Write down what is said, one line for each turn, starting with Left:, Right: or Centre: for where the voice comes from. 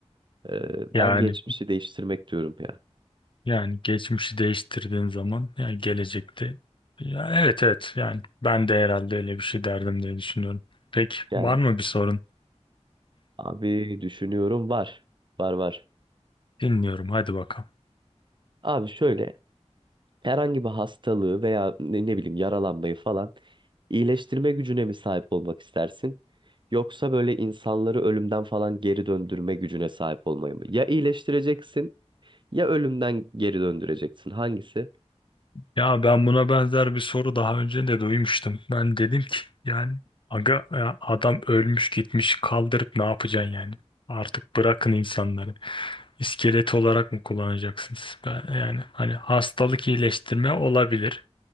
Right: Ee,
Left: Yani
Right: ben geçmişi değiştirmek diyorum ya.
Left: Yani geçmişi değiştirdiğin zaman yani gelecekte ya evet evet yani ben de herhalde öyle bir şey derdim diye düşünüyorum. Peki
Right: Yani
Left: var mı bir sorun?
Right: abi düşünüyorum var. Var var.
Left: Dinliyorum hadi bakalım.
Right: Abi şöyle herhangi bir hastalığı veya ne, ne bileyim yaralanmayı falan iyileştirme gücüne mi sahip olmak istersin? Yoksa böyle insanları ölümden falan geri döndürme gücüne sahip olmayı mı? Ya iyileştireceksin ya ölümden geri döndüreceksin. Hangisi?
Left: Ya ben buna benzer bir soru daha önce de duymuştum. Ben dedim ki yani aga ya adam ölmüş gitmiş kaldırıp ne yapacaksın yani? Artık bırakın insanları. İskelet olarak mı kullanacaksınız? Ben, yani hani hastalık iyileştirme olabilir.